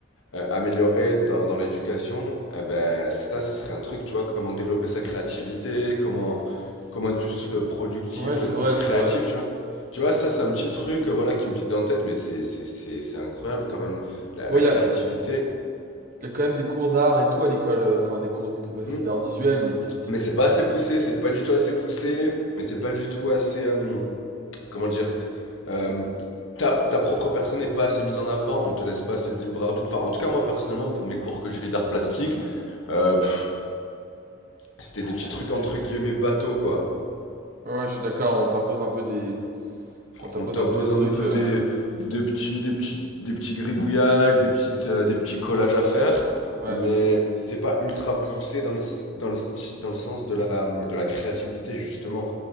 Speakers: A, on the left; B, on the right.
A: euh, améliorer dans dans l'éducation. Eh ben ça, ce serait un truc, tu vois, comment développer sa créativité, comment comment être plus euh, productif,
B: Ouais, c'est
A: ou être
B: vrai,
A: plus créatif,
B: c'est vrai.
A: tu vois. Tu vois, ça, c'est un petit truc, euh, voilà, qui me vient en tête, mais c'est c'est c'est c'est incroyable quand même la,
B: Bon,
A: la
B: il
A: créativité.
B: y a, y a quand même des cours d'art et tout à l'école, euh, enfin des cours de- bah,
A: Hmm.
B: d'art visuel où ils t- t-
A: Mais c'est pas
B: enfin,
A: assez
B: ils-
A: poussé, c'est pas du tout assez poussé, et c'est pas du tout assez, euh, comment dire euh, ta, ta propre personne n'est pas assez mise en avant, on te laisse pas assez de libre arbitre. Enfin, en tout cas, moi personnellement, pour mes cours que j'ai eu d'art plastique, euh, pff, c'était des petits trucs entre guillemets bateaux, quoi.
B: Ouais, ouais, je suis d'accord, on t'impose un peu des on t'impose
A: On t'impose
B: un peu des trucs
A: un peu
B: euh,
A: des, des, petits, des, petits, des petits gribouillages, des, petites, euh, des petits collages à faire,
B: ouais.
A: mais c'est pas ultra poussé dans le, s- dans le, sti- dans le sens de la, de la créativité, justement.